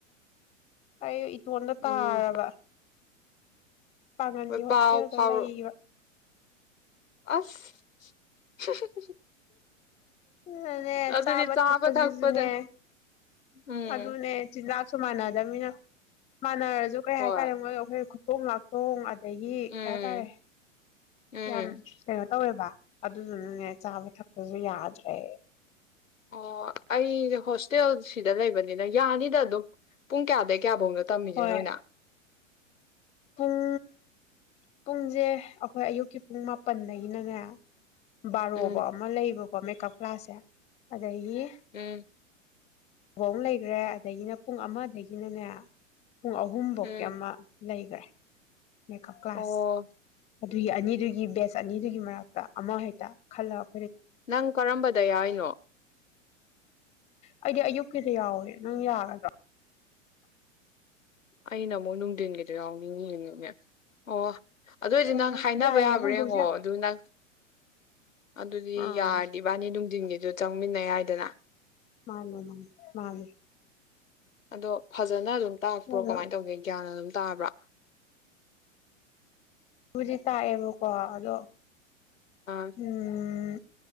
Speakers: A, on the left; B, on the left.
A: ꯑꯩ ꯏꯇꯣꯝꯠ ꯇꯥꯔꯕ
B: ꯎꯝ
A: ꯄꯥꯉꯟꯒꯤ
B: ꯍꯣꯏ
A: ꯍꯣꯁꯇꯦꯜꯗ
B: ꯄꯥꯎ ꯐꯥꯎꯔꯛ
A: ꯂꯩꯔꯤꯕ
B: ꯑꯁ <unintelligible>
A: ꯑꯗꯨꯅꯦ
B: ꯑꯗꯨꯗꯤ
A: ꯆꯥꯕ ꯊꯛꯄꯁꯤꯁꯨꯅꯦ
B: ꯊꯛꯄꯗ ꯎꯝ
A: ꯑꯗꯨꯅꯦ ꯆꯤꯟꯖꯥꯛ ꯁꯨꯃꯅꯥꯗ ꯃꯤꯅ ꯃꯥꯅ ꯑꯗꯨ ꯀꯩ
B: ꯍꯣꯏ
A: ꯍꯥꯏꯇꯥꯔꯦ ꯃꯣꯏꯒ ꯑꯥꯈꯣꯏꯒ ꯊꯣꯡ ꯂꯥꯛ ꯊꯣꯡ ꯑꯗꯒꯤ
B: ꯎꯝ
A: ꯀꯩ ꯍꯥꯏꯇꯥꯔꯦ
B: ꯎꯝ
A: ꯌꯥꯝ ꯀꯩꯅꯣ ꯇꯧꯋꯦꯕ ꯑꯗꯨꯗꯨꯅꯥꯅꯦ ꯆꯥꯕ ꯊꯛꯄꯁꯨ ꯌꯥꯗꯔꯦ
B: ꯑꯣ ꯑꯩꯁꯦ ꯍꯣꯁꯇꯦꯜ ꯁꯤꯗ ꯂꯩꯕꯅꯤꯅ ꯌꯥꯅꯤꯗ ꯑꯗꯨꯝ ꯄꯨꯡ ꯀꯌꯥꯗꯩꯩ ꯀꯌꯥꯐꯧꯅꯣ ꯇꯝꯃꯤꯁꯦ
A: ꯍꯣꯏ
B: ꯅꯣꯏꯅ
A: ꯄꯨꯡ ꯄꯨꯡꯁꯦ ꯑꯩꯈꯣꯏ ꯑꯌꯨꯛꯀꯤ ꯄꯨꯡ ꯃꯥꯄꯟꯗꯒꯤꯅꯅꯦ ꯕꯥꯔꯣꯕꯥꯑꯣ
B: ꯎꯝ
A: ꯑꯃ ꯂꯩꯌꯦꯕ ꯃꯦꯀꯞ ꯀ꯭ꯂꯁꯦ ꯑꯗꯒꯤ
B: ꯎꯝ
A: ꯕꯥꯑꯣ ꯑꯃꯥ ꯂꯩꯈ꯭ꯔꯦ ꯑꯗꯒꯤꯅ ꯄꯨꯡ ꯑꯃꯗꯒꯤꯅꯅꯦ ꯄꯨꯡ ꯑꯍꯨꯝꯐꯧꯀꯤ
B: ꯎꯝ
A: ꯑꯃ ꯂꯩꯈ꯭ꯔꯦ ꯃꯦꯀꯞ ꯀ꯭ꯂꯥꯁ
B: ꯑꯣ
A: ꯑꯗꯨꯒꯤ ꯑꯅꯤꯗꯨꯒꯤ ꯕꯦꯁ ꯑꯅꯤꯗꯨꯒꯤ ꯃꯔꯛꯇ ꯑꯃ ꯍꯦꯛꯇ ꯈꯜꯂꯛ
B: ꯅꯪ ꯀꯔꯝꯕꯗ ꯌꯥꯎꯔꯤꯅꯣ
A: ꯑꯩꯗꯤ ꯑꯌꯨꯛꯀꯤꯗ ꯌꯥꯎꯋꯦ ꯅꯪ ꯌꯥꯒꯗ꯭ꯔꯥ
B: ꯑꯩꯅ ꯑꯃꯨꯛ ꯅꯨꯡꯗꯤꯟꯒꯤꯗꯨ ꯌꯥꯎꯅꯤꯡꯉꯤ ꯑꯣ ꯑꯗꯨꯑꯣꯏꯗꯤ
A: ꯎꯝ
B: ꯅꯪ ꯍꯥꯏꯅꯕ
A: ꯌꯥꯏꯌꯦ
B: ꯌꯥꯕ꯭ꯔꯥ
A: ꯍꯣꯡꯗꯣꯛꯁꯦ
B: ꯌꯦꯡꯉꯣ ꯑꯗꯨ ꯅꯪ ꯑꯗꯨꯗꯤ
A: ꯑꯥ
B: ꯌꯥꯔꯗꯤ ꯏꯕꯥꯅꯤ ꯑꯗꯨꯝ ꯖꯤꯟꯒꯤꯗꯨ ꯆꯪꯃꯤꯟꯅ ꯌꯥꯏꯗꯅ
A: ꯃꯥꯅꯦ ꯃꯥꯅꯤ ꯃꯥꯅꯦ
B: ꯑꯗꯣ ꯐꯖꯅ ꯑꯗꯨꯝ ꯇꯥꯛꯄ꯭ꯔꯣ
A: ꯑꯗꯣ
B: ꯀꯃꯥꯏꯅ ꯇꯧꯒꯦ ꯒ꯭ꯌꯥꯟ ꯑꯗꯨꯝ ꯇꯥꯕ꯭ꯔ
A: ꯄꯨꯖꯤ ꯇꯥꯛꯌꯦꯕꯨ ꯀꯣꯗꯣ
B: ꯑꯥ
A: ꯎꯝ